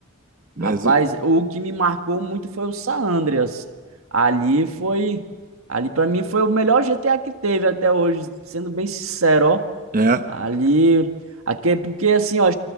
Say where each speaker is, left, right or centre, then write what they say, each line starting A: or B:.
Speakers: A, on the right; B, on the right.
A: mas
B: Rapaz,
A: o-
B: o que me marcou muito foi o San Andreas. Ali foi. Ali pra mim foi o melhor GTA que teve até hoje, sendo bem sincero, ó.
A: é,
B: Ali. Aqui, porque assim, ó,